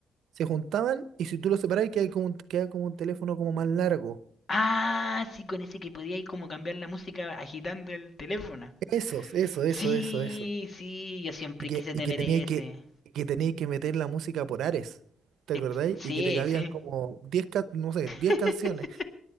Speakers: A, on the right; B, on the left.
A: se juntaban y si tú lo separás queda como, un- queda como un teléfono como más largo.
B: Ah, sí, con ese que podía ir como cambiar la música agitando el teléfono.
A: Esos, eso, eso,
B: Sí,
A: eso, eso.
B: sí, yo siempre
A: Y que,
B: quise
A: y
B: tener
A: que tenía
B: ese.
A: que, que tenía que meter la música por Ares, ¿te
B: Ex-
A: acordáis?
B: Sí,
A: Y que te cabían
B: sí.
A: como diez ca- no sé,
B: <laughs>
A: 10 canciones.